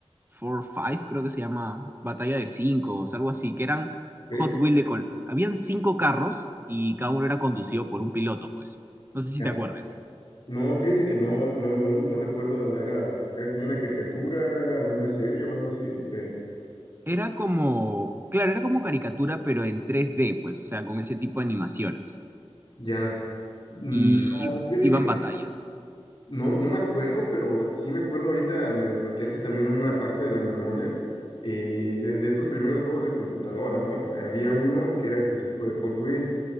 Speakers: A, on the right; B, on the left.
A: for Five, creo que se llama Batalla de Cinco, o sea, algo así, que eran
B: Ok,
A: Hot Wheel de... col- Habían cinco carros y cada uno era conducido por un piloto, pues. No sé si
B: ya.
A: te acuerdes.
B: No, fíjate que no, no, no, no recuerdo, era, era como una caricatura, era una serie o algo así, porque
A: Era como, claro, era como caricatura, pero en 3D, pues, o sea, con ese tipo de animaciones.
B: ya. No,
A: y
B: fíjate
A: iban
B: que no.
A: batallas,
B: No, no me acuerdo, pero sí me acuerdo ahorita, me desbloqueaste también una parte de la memoria eh, de, de estos primeros juegos de computadora, ¿no? Eh, había uno que era específico de Hot Wheels